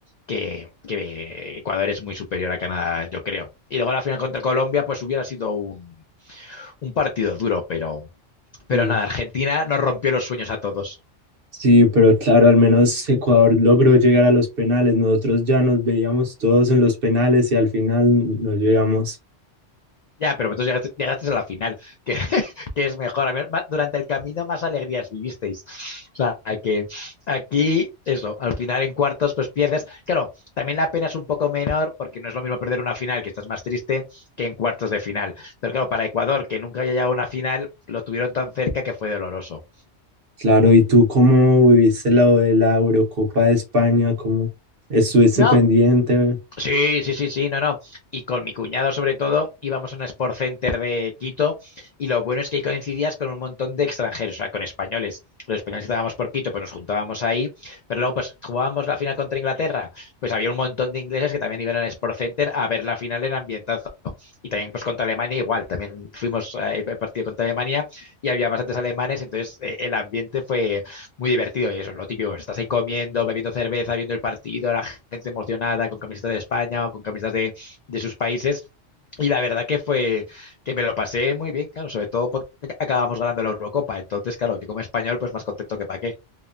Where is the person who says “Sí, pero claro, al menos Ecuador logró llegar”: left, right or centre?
Right